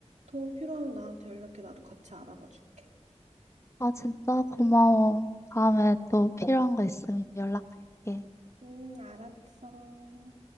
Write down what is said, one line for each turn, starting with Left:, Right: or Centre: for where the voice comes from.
Right: 도움 필요하면 나한테 연락해. 나도 같이 알아봐 줄게.
Left: 아 진짜 고마워. 다음에 또 필요한 거 있으면 연락할게.
Right: 응, 알았어.